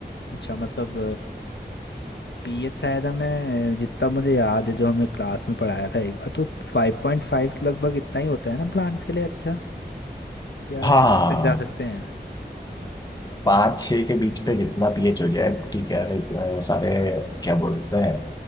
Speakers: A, on the left; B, on the left.
A: अच्छा मतलब पीएच शायद हमें जितना मुझे याद है जो हमें क्लास में पढ़ाया था एक बार तो फाइव पॉइंट फाइव लगभग इतना ही होता है ना प्लांट्स के लिए अच्छा या
B: हाँ
A: सिक्स
B: हाँ, हाँ,
A: तक जा
B: हाँ।
A: सकते हैं
B: पाँच छः के बीच पे जितना पीएच हो जाए ठीक है लाइक सारे क्या बोलते हैं